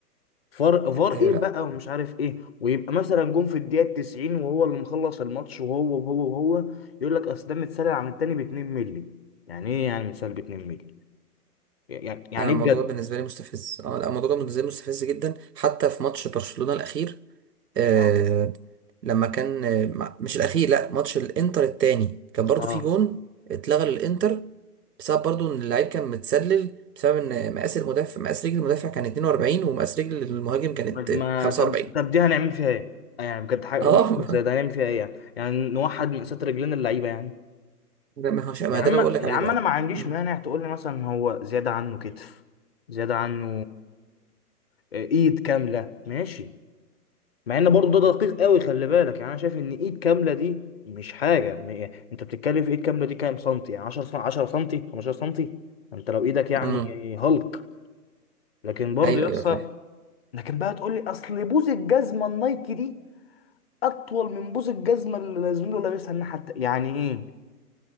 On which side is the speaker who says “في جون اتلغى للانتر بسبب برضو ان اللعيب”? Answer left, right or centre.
Right